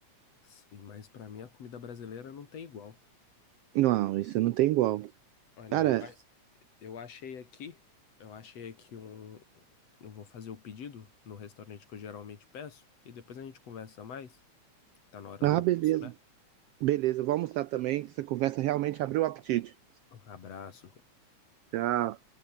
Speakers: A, on the left; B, on the right.
A: Sim, mas pra mim a comida brasileira não tem igual.
B: Não, isso não tem igual.
A: Olha,
B: Cara,
A: eu, Eu achei aqui, eu achei aqui um. Eu vou fazer o pedido no restaurante que eu geralmente peço e depois a gente conversa mais, que tá na hora
B: ah,
A: do almoço,
B: beleza.
A: né?
B: Beleza, eu vou almoçar também, que essa conversa realmente abriu o apetite.
A: Um abraço.
B: Tchau.